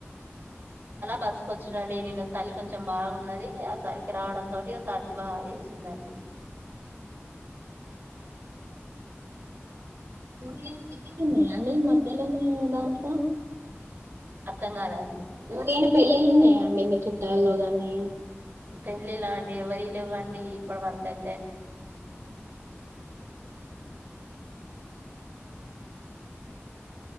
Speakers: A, on the right; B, on the right.
A: బస్కు వచ్చినండి నిన్న సలి కొంచెం బాగున్నది ఆ సలికి రావడం తోటి సర్ది బాగా చేసిందండి
B: ఈరోజు ఎందన్న పెళ్ళిళ్ళు ఉన్నాయి ఏ అండి మధ్యలో దాంట్లో
A: అర్ధం కాలేదండి
B: ఎవరైనా పెళ్ళిళ్ళు ఉన్నాయా అండి మీ చుట్టాల్లో గాని
A: పెళ్ళిలా అండి ఎవరి లేవ్ వ్వండి ఇప్పటి వరక అయితే
B: మ్మ్